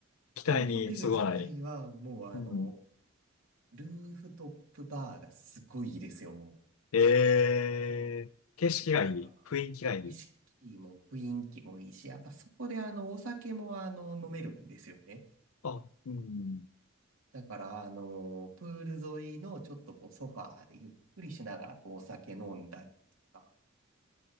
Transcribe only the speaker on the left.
期待にそぐわない。
うん。
えー、景色がいい。
雰囲気がいい。
あ、うん。